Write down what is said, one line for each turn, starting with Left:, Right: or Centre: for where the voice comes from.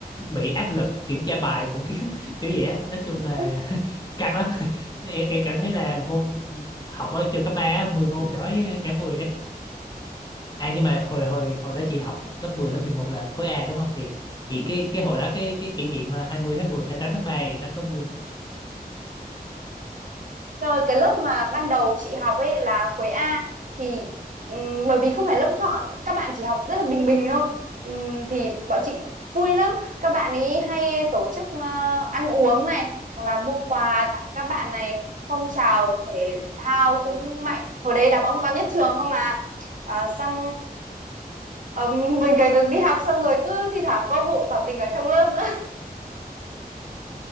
Left: bị áp lực kiểm tra bài cũng kiểu <laughs> kiểu vậy á nói chung là
Right: Ừ,
Left: <laughs> căng lắm em, em cảm thấy là môn học ở trường cấp ba á, 10 môn giỏi cả 10 À nhưng mà hồi hồi hồi đó chị học lớp mười lớp 11 là khối A đúng không thì thì cái cái hồi đó cái cái kỷ niệm ờ, 20 tháng 10 tám tháng ba thì nó có vui không?
Right: rồi cái lớp mà ban đầu chị học ấy là khối A thì ừm, bởi vì không phải lớp chọn các bạn chỉ học rất là bình bình thôi Ừm, thì bọn chị vui lắm các bạn ấy hay tổ chức ờ, ăn uống này hoặc là mua quà tặng các bạn này phong trào thể thao cũng mạnh hồi đấy đá bóng toàn nhất trường không à Ờ, xong ờ, mình cày cực đi học xong rồi cứ thi thoảng có vụ tỏ tình ở trong lớp nữa <laughs>